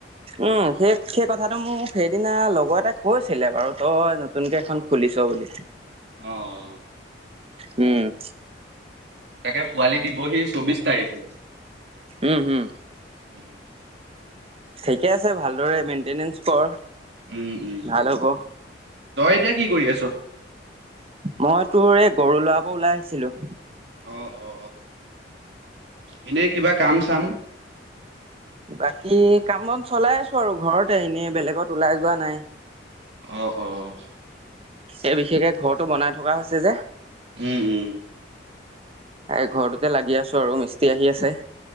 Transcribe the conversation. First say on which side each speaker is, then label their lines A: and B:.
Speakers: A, on the right; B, on the right.
A: উম সেই সেই কথাটো মোক সেইদিনা লগৰ এটাই কৈছিলে বাৰু তই নতুনকৈ এখন খুলিছ বুলি
B: অঁ
A: উম
B: তাকে পোৱালি দিবহি চৌবিশ তাৰিখলৈ
A: উম হম
B: উম
A: ঠিকে আছে ভালদৰে মেইনটেনেঞ্চ কৰ
B: উম উম
A: ভাল হ'ব
B: তই এতিয়া কি কৰি আছ?
A: মই তোৰ এই গৰু লৰাব ওলাই আহিছিলো।
B: অ অ এনেই কিবা কাম চাম?
A: বাকী কামত চলাই আছো আৰু ঘৰতে এনেই বেলেগত ওলাই যোৱা নাই।
B: অ অহ
A: এই বিশেষকে ঘৰটো বনাই থকা হৈছে যে।
B: উম, উম,
A: এই ঘৰটোতে লাগি আছো আৰু মিস্ত্ৰী আহি আছে।